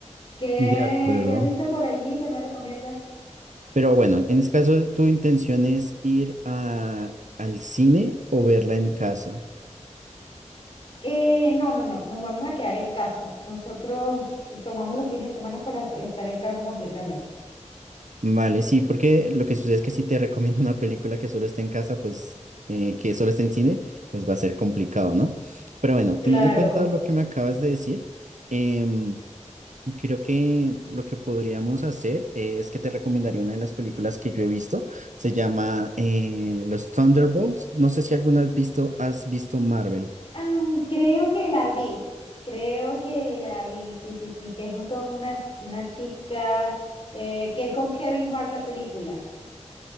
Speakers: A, on the left; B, on the right.
A: ¿Qué,
B: de acuerdo.
A: qué has visto por allí? ¿Qué me recomiendas?
B: Pero bueno, en este caso, ¿tu intención es ir a, al cine o verla en casa?
A: Eh, no, no, no, nos vamos a quedar en casa. Nosotros tomamos los fines de semana para estar en casa completamente.
B: Vale, sí, porque lo que sucede es que si te <laughs> recomiendo una película que solo está en casa, pues eh, que solo está en cine, pues va a ser complicado, ¿no? Pero bueno, teniendo
A: Claro.
B: en cuenta lo que me acabas de decir, em, creo que lo que podríamos hacer es que te recomendaría una de las películas que yo he visto. Se llama eh, Los Thunderbolts. No sé si alguna vez visto, has visto Marvel.
A: Ah, creo que la vi, creo que la vi, sí, sí, sí, que es con una, una chica, eh, que es con Kevin Hart la película.